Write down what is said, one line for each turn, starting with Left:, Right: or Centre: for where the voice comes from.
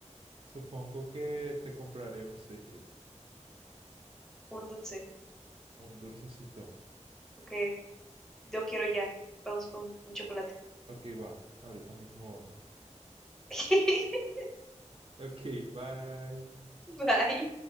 Right: Supongo que te compraré un sweet treat,
Centre: Un dulce.
Right: un dulcecito.
Centre: Ok, yo quiero ya. Vamos por un un chocolate.
Right: Ok, va, ahorita mismo vamos.
Centre: <laughs>
Right: Ok, bye.
Centre: Bye.